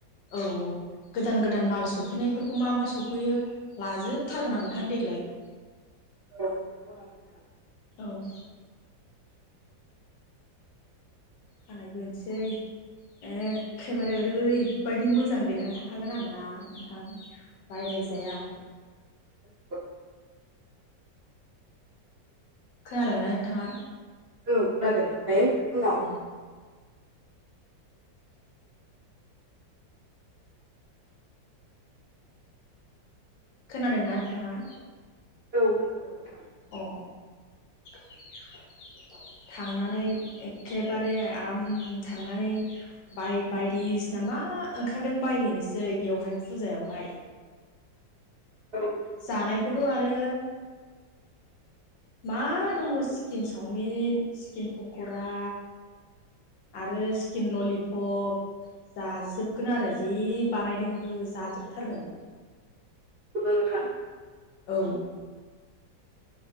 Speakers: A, on the left; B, on the right.
A: औ औ गोदान गोदान माल सफैनायफोरखौ मा मा सफैयो लाजोबथारगोन आं नोंथां देग्लाय। <inaudible>
B: औ नंगौ नामा नोंथां।
A: औ। खानाय बोनसै एखे बारे ओरैबायदि मोजां देलायनानै थांखागोन आरोना नोंथां। बायलायजाया
B: <inaudible>
A: खोनादोंना नोंथाङा।
B: औ खोनादों ओमफ्राय बिनि उनाव
A: अ खोनादोंना नोंथाङा।
B: औ खोनादों नोंथां।
A: अ। <inaudible> थांनानै एखेबारे आराम थांनानै बाय बायदिसिना मा ओंखारदों बायहैनोसै बेयावहाय फुजायावहाय।
B: औ नंगौ
A: जानायखौथ'
B: नामा नोंथां
A: आरो मा दङ चिकेन चावमिन चिकेन पक'रा। आरो चिकेन ललिपप। जाजोबगोन आरो जि बानायदों हो जाजोबथारगोन।
B: नंगौ नोंथां।
A: औ